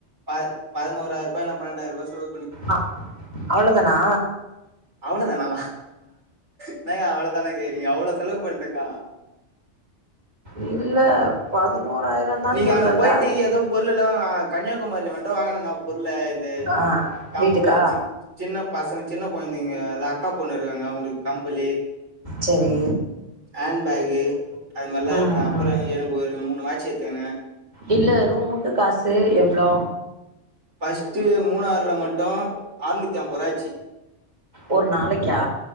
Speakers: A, on the right; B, on the right.
A: ப பதினோறாயிர ரூபா இல்ல பன்னெண்டாயிர ரூபா சொல
B: ஆ அவ்ளோ தானா
A: அவ்வளோதானாமா என்னங்க அவ்வளோதானே கேறீங்க அவ்வளோ செலவு பண்றக்கா
B: இல்ல பதினோராயிரம் தான்
A: நீங்க
B: சொல்றல
A: அங்க போயிட்டு
B: அதுக்கு
A: எதுவு பொருள்ல்லா கண்யா குமரிள மட்டு வாங்கணுங்க பொருள இந்த
B: ஆ
A: கம்பளி
B: வீட்டுக்கா
A: சின் சின்ன பசங்க சின்ன கொயந்த நீங்க அக்கா பொண்ண இருக்காங்க அவங்களுக்கு கம்பளி
B: சரி
A: ஹேண் பேகு அது மாரிலா
B: ம்
A: எடுத்தே அப்புறோ
B: ம்
A: எனக்கு ஒரு மூணு வாட்ச் த்தென
B: இல்ல ரூமுக்கு காசு எவ்ளோ
A: ஃபர்ஸ்ட்டு மூணாறுல மட்டும் ஆர்நூத்தி ஐம்பது ரூவாச்சு
B: ஒரு நாளைக்கா